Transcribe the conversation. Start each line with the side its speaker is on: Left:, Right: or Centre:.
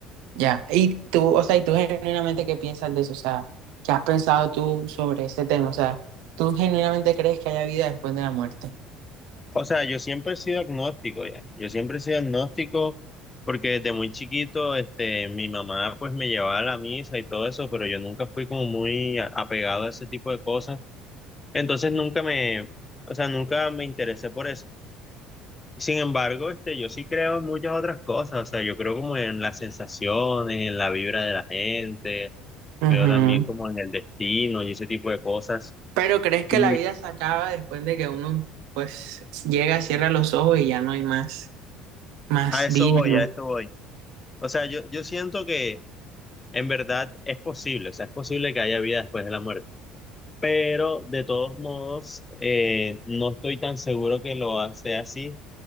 Right: Ya, y tú, o sea, ¿y tú genuinamente qué piensas de eso? O sea, ¿qué has pensado tú sobre ese tema? O sea, ¿tú genuinamente crees que haya vida después de la muerte?
Left: O sea, yo siempre he sido agnóstico ya. Yo siempre he sido agnóstico porque desde muy chiquito, este, mi mamá pues me llevaba a la misa y todo eso, pero yo nunca fui como muy a- apegado a ese tipo de cosas. Entonces nunca me, o sea, nunca me interesé por eso. Sin embargo, este, yo sí creo en muchas otras cosas. O sea, yo creo como en las sensaciones, en la vibra de la gente,
Right: Ujú.
Left: creo también como en el destino y ese tipo de cosas.
Right: Pero ¿crees que
Left: Y
Right: la vida se acaba después de que uno, pues, llega, cierra los ojos y ya no hay más, más
Left: a eso
Right: vida?
Left: voy,
Right: ¿no?
Left: a eso voy. O sea, yo, yo siento que En verdad es posible, o sea, es posible que haya vida después de la muerte, pero de todos modos eh, no estoy tan seguro que lo hace así,